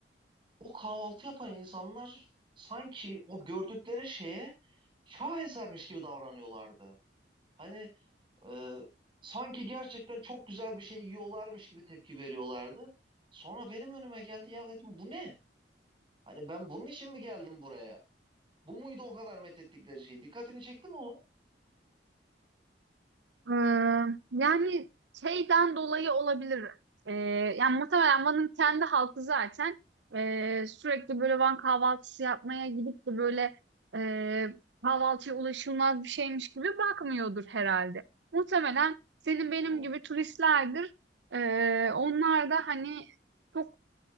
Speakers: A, on the right; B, on the right.
A: O kahvaltı yapan insanlar sanki o gördükleri şeye şahesermiş gibi davranıyorlardı. Hani e, sanki gerçekten çok güzel bir şey yiyorlarmış gibi tepki veriyorlardı. Sonra benim önüme geldi ya dedim bu ne? Hani ben bunun için mi geldim buraya? Bu muydu o kadar methettikleri şey? Dikkatini çekti mi o?
B: Ee, yani şeyden dolayı olabilir. Ee, yani muhtemelen Van'ın kendi halkı zaten ee, sürekli böyle Van kahvaltısı yapmaya gidip de böyle ee, kahvaltıya ulaşılmaz bir şeymiş gibi bakmıyordur herhalde. Muhtemelen senin benim
A: Hı.
B: gibi turistlerdir. Ee, onlar da hani çok